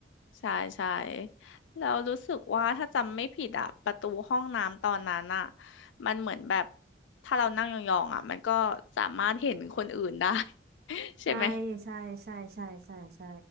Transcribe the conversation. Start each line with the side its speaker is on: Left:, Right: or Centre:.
Left: ใช่ใช่แล้วรู้สึกว่าถ้าจำไม่ผิดอะประตูห้องน้ำตอนนั้นอะมันเหมือนแบบถ้าเรานั่งยองๆอะมันก็สามารถเห็นคนอื่นได้ <laughs> ใช่ไหม
Right: ใช่ใช่ใช่ใช่ใช่ใช่